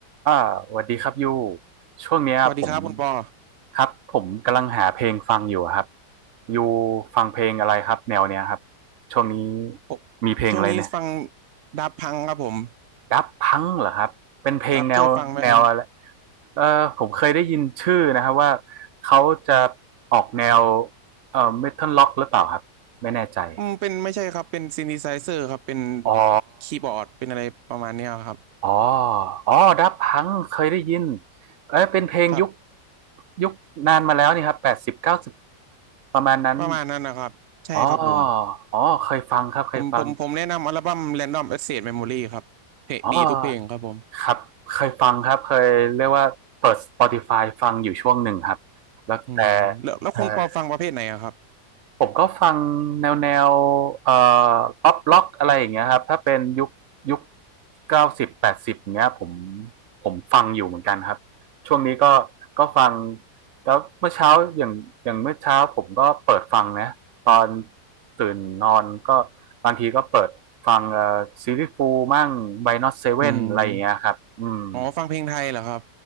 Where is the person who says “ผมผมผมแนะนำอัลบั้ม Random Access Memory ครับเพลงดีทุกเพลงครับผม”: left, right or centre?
Right